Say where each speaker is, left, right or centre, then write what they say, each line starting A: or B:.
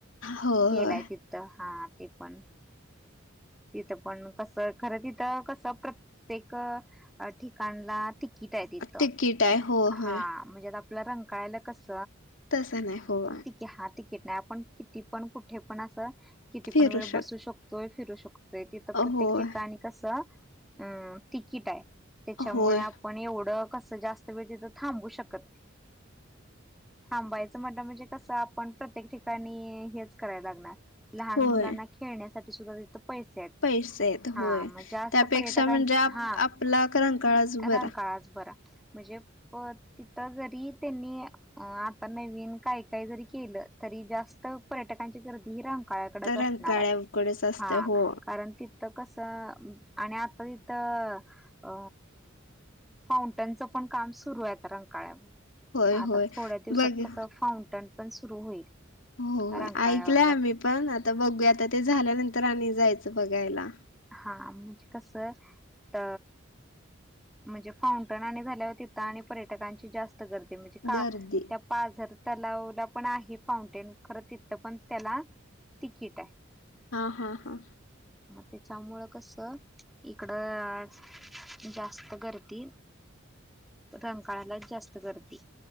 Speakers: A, on the left; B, in the centre.
A: होय
B: गेलाय
A: होय.
B: तिथ तर हा ते पण तिथं पण कसं खरं तिथं कसं प्रत्येक ठिकाणला टिकीट आहे तिथं
A: तिकीट आहे हो
B: हा
A: होय
B: म्हणजे आता आपला रंकाळ्याला कस
A: तसं नाही होय.
B: कि हा तिकीट नाही आपण किती पण कुठे पण अस किती
A: फिरू
B: पण वेळ
A: शक
B: बसू शकतोय फिरू शकतो तिथं प्रत्येक
A: होय,
B: ठिकाणी कसं अं तिकीट आहे त्याच्यामुळे
A: होय,
B: पण एवढं कसं जास्त वेळ तथं थांबू शकत नाही थांबायचं म्हटलं म्हणजे कसं आपण प्रत्येक ठिकाणी हेच करायला लागणार लहान
A: होय.
B: मुलांना खेळण्यासाठी सुद्धा तिथं पैसे हा
A: पैसे आहेत होय.
B: मग जास्त
A: त्यापेक्षा
B: पर्यटकां
A: म्हणजे आप
B: हा
A: आपला रंकाळाच बरा.
B: रंकाळा बरा म्हणजे प तिथ जरी त्यांनी अ आता नवीन काही काही जरी केलं तरी जास्त पर्यटकांची गर्दीही रंका ळ्याकडच
A: रंकाळ्याकडेच
B: असणार आहे
A: असते
B: हा
A: हो,
B: कारण तिथं कस आणि आता तिथं अ फाउंटनचं पण काम सुरू आहे आता रंकाळ्यावर
A: होय,
B: आता
A: होय.
B: थोड्या दिवसात
A: बघ
B: कसं फाउंटन पण सुरू होईल
A: हो
B: रंकाळ्यावर
A: ऐकलंय
B: मग
A: आम्ही पण आता बघू आता ते झाल्यानंतर आणि जायचं बघायला
B: हा म्हणजे कस अ म्हणजे फाउंटन आणि झाल्यावर तिथं आणि पर्यटकांची जास्त गर्दी म्हणजे का
A: गर्दी
B: त्या पाझर तलावला पण आहे फाउंटेन खरं तिथं पण त्याला तिकीट आहे
A: हा हा हा
B: त्याच्यामुळं कस इकडं जास्त गर्दी रंकाळालाच जास्त गर्दी